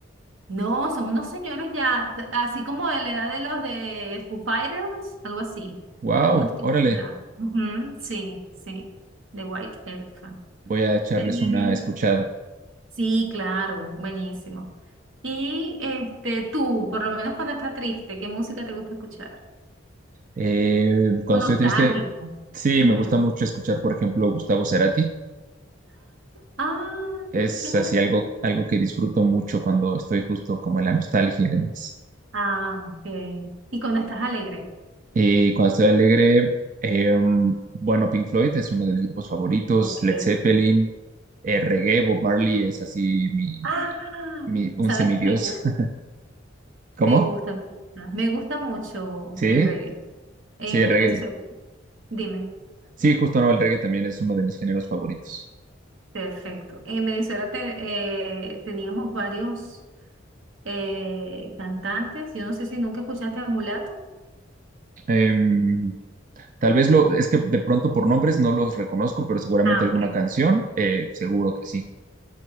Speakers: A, on the right; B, on the right.
A: No, son unos señores ya, t- así como de la edad de los de Foo Fighters, algo así.
B: Wow,
A: Son unos tipos
B: órale,
A: ya. Ujú, sí, sí, de White Elephant.
B: voy a echarles
A: Eh,
B: una escuchada.
A: sí, claro, buenísimo. Y este, tú, por lo menos cuando estás triste, ¿qué música te gusta escuchar?
B: Eh, cuando
A: O nostálgico.
B: estoy triste, sí,
A: Ujú.
B: me gusta mucho escuchar, por ejemplo, Gustavo Cerati.
A: Ah,
B: Es
A: qué maravilla.
B: así algo, algo que disfruto mucho cuando estoy justo como en la nostalgia y demás.
A: Ah, ok. Y cuando estás alegre.
B: Y cuando estoy alegre, eh, bueno, Pink Floyd es uno de mis grupos favoritos,
A: Ok.
B: Led Zeppelin, eh, reggae, Bob Marley es así mi,
A: Ah,
B: mi, un
A: ¿sabes
B: semidios.
A: qué?
B: <laughs> ¿Cómo?
A: Me gusta, me gusta. Me gusta mucho
B: Sí,
A: el reggae. En
B: sí, el reggae.
A: Venezuela, dime,
B: Sí, justo no, el reggae también es uno de mis géneros favoritos.
A: perfecto. En Venezuela te- eh, teníamos varios eh, cantantes. Yo no sé si nunca escuchaste a Mulato.
B: Em, tal vez lo, es que de pronto por nombres no los reconozco, pero seguramente
A: Ah,
B: alguna
A: ok.
B: canción, eh, seguro que sí.